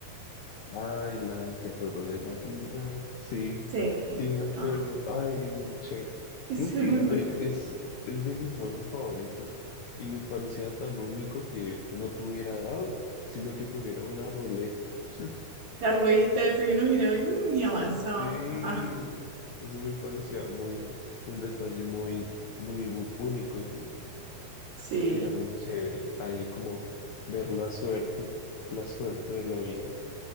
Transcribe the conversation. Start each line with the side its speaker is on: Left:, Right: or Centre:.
Left: Ay, Life, el juego de la vida. Sí,
Right: Sí.
Left: sí, me acuerdo.
Right: Ah,
Left: Ay, es muy chévere.
Right: eso
Left: Creo que
Right: era muy
Left: es
Right: bacán.
Left: de, es, es de mis juegos favoritos y me parecía tan único que no tuviera dado, sino que tuviera una ruleta. <laughs>
Right: La ruedita ese y uno giraba y, mm, y avanzaba.
Left: Sí,
Right: Ah,
Left: eso me parecía muy, un detalle muy, muy bu- único, sí.
Right: sí.
Left: Y era muy chévere ahí como ver la suerte, la suerte de la vida.